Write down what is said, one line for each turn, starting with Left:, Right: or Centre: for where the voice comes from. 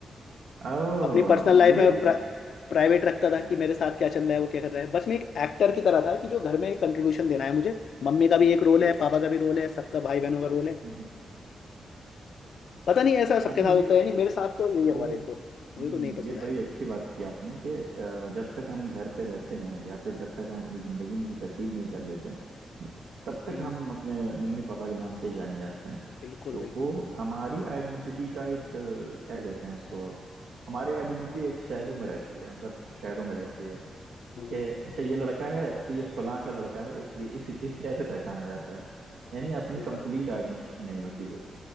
Right: ओ
Left: अपनी पर्सनल लाइफ
Right: ये
Left: में
Right: ये
Left: प्राइवेट रखता था
Right: हाँ
Left: कि मेरे साथ क्या चल रहा है वो क्या कर रहा है बस मैं एक एक्टर की तरह था कि जो घर में एक कंट्रीब्यूशन देना है मुझे मम्मी का भी एक रोल है पापा का भी रोल है सबका भाई बहनों का रोल है
Right: हम्म।
Left: पता नहीं ऐसा सबके
Right: अच्छा
Left: साथ
Right: ये
Left: होता है या नहीं मेरे साथ तो यही हुआ
Right: ये
Left: देखो
Right: हम्म,
Left: मुझे तो नहीं पसंद
Right: ये बड़ी
Left: आया
Right: अच्छी बात की आपने कि अ, जब तक हम घर पे रहते हैं या फिर जब तक हम अपनी जिंदगी में कुछ अचीव नहीं कर लेते तब तक
Left: हम्म
Right: हम अपने मम्मी पापा के नाम से ही जाने जाते हैं
Left: बिल्कुल
Right: तो
Left: बिल्कुल
Right: वो हमारी आइडेंटिटी का एक अ, क्या कहते हैं उसको हमारी आइडेंटिटी एक शैलो में रहती है मतलब शेडो में रहती है
Left: हम्म
Right: कि अच्छा ये लड़का है तो ये फलां का लड़का है इसलिए इस, इस ऐसे पहचाना जाता है यानी अपनी
Left: सही
Right: कंप्लीट
Left: बात
Right: आइडेंटिटी नहीं होती कोई